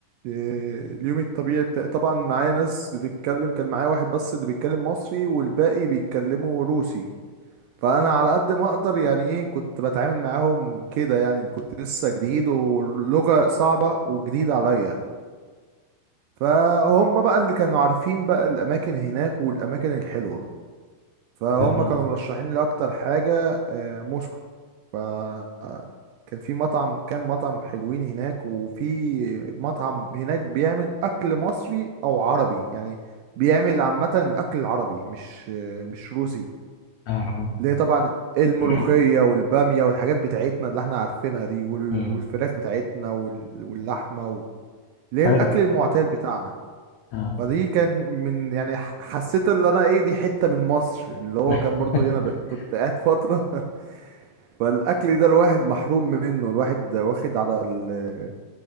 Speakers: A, on the right; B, on the left.
A: إيه، اليوم الطبيعي بتاع طبعا معايا ناس بتتكلم كان معايا واحد بس اللي بيتكلم مصري والباقي بيتكلموا روسي فأنا على قد ما أقدر يعني إيه كنت بتعامل معاهم كده يعني كنت لسه جديد ولغة صعبة وجديدة عليا فهم بقى اللي كانوا عارفين بقى الأماكن هناك والأماكن الحلوة فهم
B: تمام
A: كانوا مرشحين لي أكتر حاجة آه، موسكو ف آه، كان في مطعم كام مطعم حلوين هناك وفي مطعم هناك بيعمل أكل مصري أو عربي يعني بيعمل عامة الأكل العربي مش آه، مش روسي
B: اه آه.
A: اللي هي طبعا الملوخية
B: <clears throat>
A: والبامية والحاجات بتاعتنا اللي احنا عارفينها دي وال-
B: أمم،
A: والفراخ بتاعتنا وال- واللحمة و- اللي هي
B: حلو
A: الأكل المعتاد بتاعنا
B: اه
A: فدي كانت من يعني ح- حسيت اللي انا ايه دي حتة من مصر اللي هو
B: <laughs>
A: كان برضو ايه انا ب- كنت قاعد فترة <laughs> فالاكل ده الواحد محروم منه الواحد واخد على ال...